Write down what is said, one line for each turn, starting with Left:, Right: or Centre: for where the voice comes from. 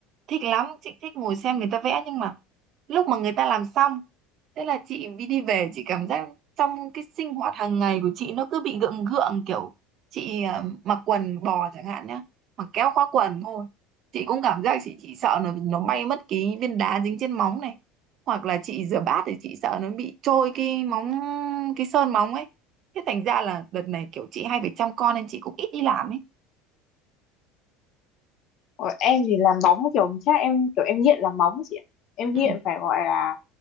Right: thích lắm chị thích ngồi xem người ta vẽ nhưng mà lúc mà người ta làm xong thế là chị đi đi về chị cảm giác trong cái sinh hoạt hàng ngày của chị nó cứ bị gượng gượng kiểu chị à, mặc quần bò chẳng hạn nhá mặc kéo khóa quần thôi chị cũng cảm giác chị chỉ sợ nó nó bay mất cái viên đá dính trên móng này hoặc là chị rửa bát thì chị sợ nó bị trôi cái móng cái sơn móng ấy thế thành ra là đợt này kiểu chị hay phải chăm con nên chị cũng ít đi làm ấy
Left: Ờ, em thì làm móng kiểu chắc em kiểu em nghiện làm móng chị ạ em
Right: ừ
Left: nghiện phải gọi là